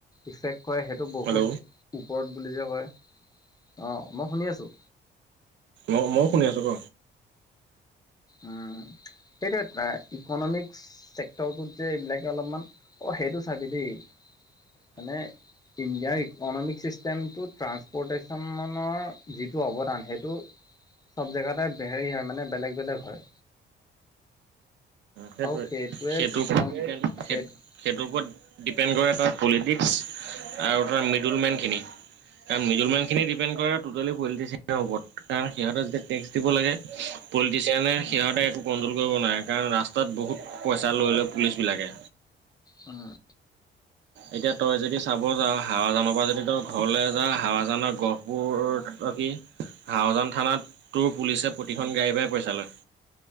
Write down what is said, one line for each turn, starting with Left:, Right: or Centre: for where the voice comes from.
Left: ইফেক্ট কৰে। সেইটো, বহুত
Right: হেল্ল'
Left: ওপৰত বুলি যে কয়, অ'! মই শুনি আছোঁ।
Right: অ মই শুনি আছো ক?
Left: উম সেইটো ইকনমিক্স চেক্টৰটোত যে এইবিলাকে অলপমান অ সেইটো চাবি দেই মানে। ইণ্ডিয়াৰ ইকনমিক ছিষ্টেমটো, ট্ৰান্সপৰ্টেশ্যনৰ, যিটো অৱদান, সেইটো চব জেগাতেই হেৰি, হয়। মানে, বেলেগ বেলেগ হয়।
Right: সেইটোৱে!
Left: আৰু
Right: সেইটো
Left: ইকন
Right: ওপৰতে,
Left: সেই
Right: সে সেইটোৰ ওপৰত, ডিপেণ্ড কৰে তাৰ, পলিটিক্স আৰু তাৰ, মিডল মেন খিনি। কাৰণ, মিডল মেন খিনি ডিপেণ্ড কৰে। টোটেলি, পলিটিচিয়ান <unintelligible> কাৰণ সিহঁতে যেতিয়া, টেক্স দিব লাগে, পলিটিচিয়ানে,
Left: অ'।
Right: সিহঁতে একো কণ্ট্ৰল কৰিব নোৱাৰে। কাৰণ, ৰাস্তাত বহুত পইচা লৈ লয়, পুলিচ বিলাকে।
Left: উম!
Right: এতিয়া, তই যদি চাব যাওঁ! হাৱাজানৰ পৰা, যদি তই ঘৰলৈ যাওঁ, হাৱাজানৰ গ <unintelligible> অ'! কি? হাৱাজান থানাত তোৰ, পুলিচে প্ৰতিখন গাড়ীৰ পৰা পইচা লয়।